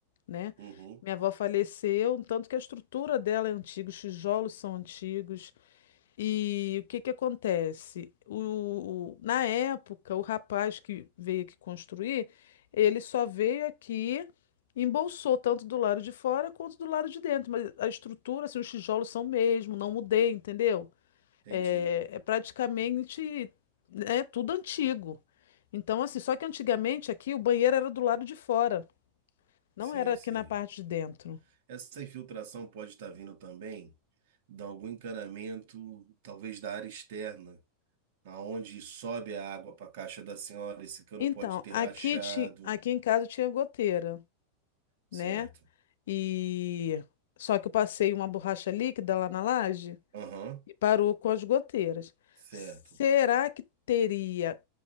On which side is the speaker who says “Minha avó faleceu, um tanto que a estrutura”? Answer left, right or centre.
Left